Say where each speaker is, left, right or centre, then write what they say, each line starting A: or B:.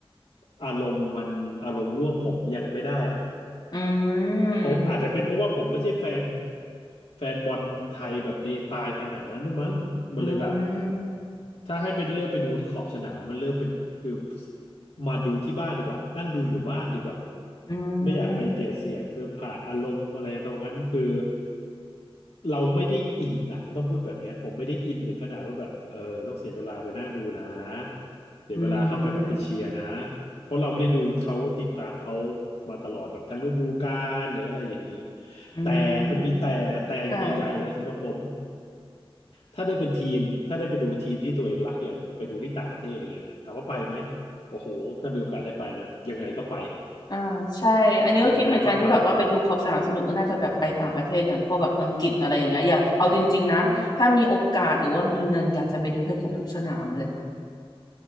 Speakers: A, on the left; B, on the left.
A: อารมณ์มันอารมณ์ร่วมผมยังไม่ได้อะ
B: อืม
A: เพราะอาจจะเป็นเพราะว่าผมไม่ใช่แฟนแฟนบอลไทยแบบเดตายขนาดนั้นด้วยมั้งมันเลยแบบ
B: อืม
A: ถ้าให้เป็นเลือกไปดูที่ขอบสนามมันเลือกเป็นคือมาดูที่บ้านดีกว่านั่งดูอยู่บ้านดีกว่า
B: อื
A: ไม่อยากไปเบียดเสียดเพื่อผ่านอารมณ์อะไรตรงนั้นคือ
B: ม
A: เราไม่ได้อินอะต้องพูดแบบเนี้ยผมไม่ได้อินถึงขนาดว่าแบบเออต้องเสียเวลาไปนั่งดูนะเสียเวลาเข้าไปแบบไปเชียร์นะ
B: อืม
A: เพราะเราไม่ได้ดูเขาติดตามเขามาตลอดแบบทั้งฤดูกาลหรืออะไรอย่างนี้
B: อื
A: แต่มันมีแต่แต่ใหญ่ๆเลยสำหรับผม
B: มค่ะ
A: ถ้าได้เป็นทีมถ้าได้ไปดูทีมที่ตัวเองรักอย่างไปดูที่ต่างประเทศอย่างเงี้ยถามว่าไปไหมโอ้โหถ้ามีโอกาสได้ไปนะยังไงก็ไป
B: อ่าใช่อันนี้ก็คิดเหมือนกันที่แบบว่าไปดูขอบสนามสนุกก็น่าจะแบบไปต่างประเทศอย่างพวกแบบอังกฤษอะไรอย่างเงี้ยอยากเอาจริงๆนะถ้ามีโอกาสหรือว่ามีเงินอยากจะไปดูให้ครบทุกสนามเลย
A: ยังไงก็ไปอ่า